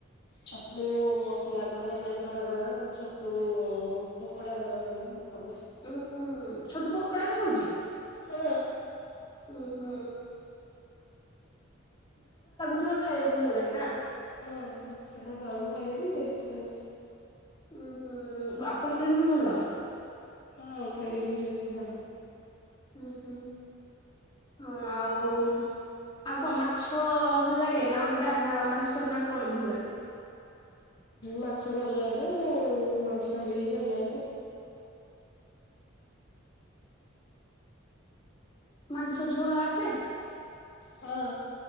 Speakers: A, on the left (about 55°); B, on the left (about 25°).
A: ଛତୁ ମସଲା କର ବେସର କର ଛତୁ ପକୋଡା କର ହେଲେ ବି ହବ।
B: ଉଁ ଉଁ ଛତୁ ପକୋଡା ବି ହଉଛି।
A: ହଁ।
B: ଉଁ ହୁଁ। ଛତୁଆ ଖାଇବାକୁ ଭଲ ଲାଗେ ନା।
A: ହଁ ସେଟା ଗରମ ଖାଇଲେ ବି ଟେଷ୍ଟି ଲାଗୁଛି।
B: ଉୁଁ ହୁଁ ଆପନର ବି ଭଲ।
A: ହଁ ପନିର ହେଲେ ବି ଭଲ।
B: ହଁ ହୁଁ ହଁ ଆଉ ଆଉ କଣ ମାଛ ଭଲ ଲାଗେ ନା ଅଣ୍ଡା ନା ମାଂସ ନା କଣ ଭଲ ଲାଗେ।
A: ମାଛ ଭଲ ଲାଗେ ମାଂସ ହେଲେ ବିି ଭଲ ଲାଗେ।
B: ମାଂସଝୋଳ ଆସେ?
A: ହଁ।